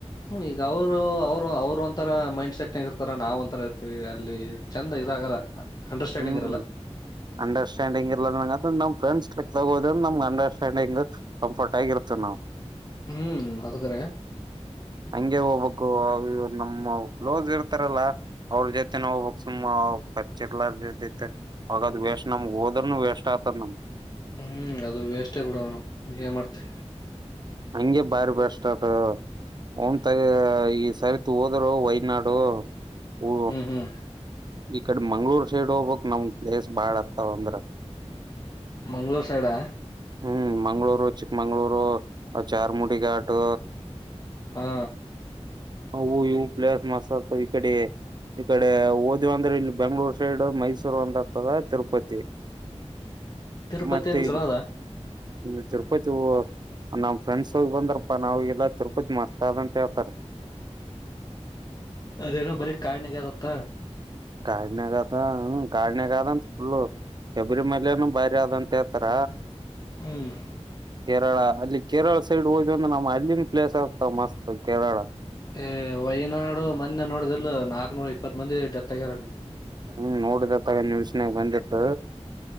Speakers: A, on the left (about 35°); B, on the right (about 40°).
A: ಹ್ಮ ಈಗ ಅವರು ಅವರು ಅವ್ರ ಒಂತರ ಮೈಂಡ್ ಸೆಟ್ ಇರ್ತಾರ ನಾವ್ ಒಂಂತರ ಇರ್ತಿವಿ ಅಲ್ಲಿ ಚಂದ. ಇದಾಗಲ್ಲ ಅಂಡರ್ಸ್ಟ್ಯಾಂಡಿಂಗ್
B: ಹ್ಮ್
A: ಇರಲ್ಲ
B: ಅಂಡರ್ಸ್ಟ್ಯಾಂಡಿಂಗ್ ಇರ್ಲ ನಂಗ ನಮ್ ಫ್ರೆಂಡ್ಸ್. ಕ್ ತಗೋದ ನಮ್ ಅಂಡರ್ಸ್ಟ್ಯಾಂಡಿಂಗ್ ಕಂಫರ್ಟ್ ಆಗಿ ಇರ್ತದೆ ನಾವು ‌.
A: ಹ್ಮ್ ಅದುಕ್ಕರ
B: ಹಂಗೆ ಹೋಗ್ಬಬೇಕಕ್ವ ನಮ್ಮ ಕ್ಲೋಸ್ ಇರ್ತಾರಲ್ಲ ಅವ್ರ ಜೊತೆನ ಹೋಗ್ಬಬೇಕ್ ಸುಮ್ಮ. ಪರಿಚಿರ್ಲತೆ ಅವಾಗದ್ ವೇಸ್ ನಮ್ಗ್ ಹೋದ್ರನು ವೇಸ್ಟ್ ಆಗ್ತದ ನಮ್.
A: ಹ್ಮ್ ಅದು ವೇಸ್ಟೇ ಬಿಡು ಏನ್ ಮಾಡ್ತಿ.
B: ಹಂಗೆ ಭಾರಿ ಬೆಷ್ಟ ಅದ. ಅವನ್ ತಗ ಈ ಸರಿತ ಹೋದರು ವೈನಾಡು. ಊ
A: ಹ್ಮ್ ಹ್ಮ್
B: ಈ ಕಡೆ ಮಂಗ್ಳೂರ್ ಸೈಡ್ ಹೋಗ್ಬಕ್ ನಮ ಪ್ಲೇಸ್ ಬಾಳ್ ಆತವ ಅಂದ್ರ.
A: ಮಂಗ್ಳೂರ್ ಸೈಡ್.
B: ಹ್ಮ್ ಮಂಗ್ಗಳೂರು ಚಿಕ್ಕಮಂಗ್ಗಳೂರು ಚಾರ್ಮುಡಿ ಘಾಟ್.
A: ಹಾ
B: ಹವು ಇ ಪ್ಲಸ್ ಮಾಸ್ರ್ ಇಕಡೆ. ಈ ಕಡೆ ಓದಿವ ಅಂದ್ರೆ ಇಲ್ಲಿ ಬೆಂಗ್ಳೂರ್ ಸೈಡ್ ಮೈಸೂರು ಅಂದತದ ತಿರುಪತಿ.
A: ತಿರುಪತಿನು
B: ಮತ್ತೆ
A: ಚಲಾದಾ.
B: ಇಲ್ಲಿ ತಿರುಪತಿ ನಮ್ ಫ್ರೆಂಡ್ಸ್ ಬಂದ್ರಪ್ಪಾ ನಾವು ಎಲ್ಲಾ ತಿರುಪತಿ ಮಸ್ತ ಅದ ಅಂತ ಹೇಳ್ತಾರೆ.
A: ಅದೇನೋ ಬರಿ ಕಾಣಗದತ್ತ.
B: ಕಾಡಿನ ಕದಾ ಹ್ಮ ಕಾಡಿನಗದ ಅಂತ ಫುಲ್ಲು. ಶಬರಿ ಮೇಲೆನು ಭಾರಿ ಆದಂತ ಹೇಳ್ತಾರ.
A: ಹ್ಮ್
B: ಕೇರಳ ಅಲ್ಲಿ ಕೇರಳ ಸೈಡ್ ಹೋದ್ ಅಂದ್ರ ನಮ್ಮ್ ಅಲ್ಲಿನ ಪ್ಲೇಸ್ ಆಗ್ತಾವ ಮಸ್ತ್ ಕೇರಳ.
A: ಏ ವೈನಾಡು ಮಂದೆ ನೋಡದಲ್ ನಾಕ್ನೂರ ಇಪ್ಪತ್ ಮಂದಿ ಡೆತ್ ತಗ್ಯಾರನಿ.
B: ಹ್ಮ್ ನೋಡುದಪ್ಪ ನಿವಸನಾಗ ಬಂದಿತ್ತು.